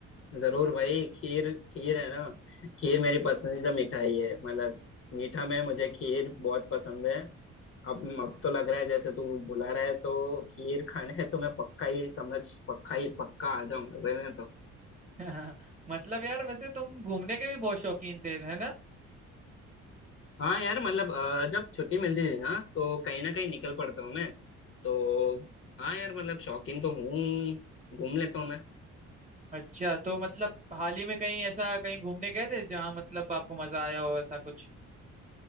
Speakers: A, on the left; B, on the right.
A: जरूर भाई खीर खीर है ना खीर मेरी पसंदीदा मिठाई है मतलब मीठा में मुझे खीर बहुत पसंद है अब अब तो लग रहा है जैसे तू बुला रहा है तो खीर खाने है तो मैं पक्का ही समझ पक्का ही पक्का आ जाऊंगा भाई मैं तो
B: <laughs> मतलब यार वैसे तुम घूमने के भी बहुत शौकीन थे है ना
A: हाँ यार मतलब अ, जब छुट्टी मिलती थी ना तो कहीं ना कहीं निकल पड़ता हूँ मैं तो हाँ यार मतलब शौकीन तो हूँ घूम लेता हूँ मैं
B: अच्छा तो मतलब हाल ही में कहीं ऐसा कहीं घूमने गए थे जहाँ मतलब आपको मजा आया हो ऐसा कुछ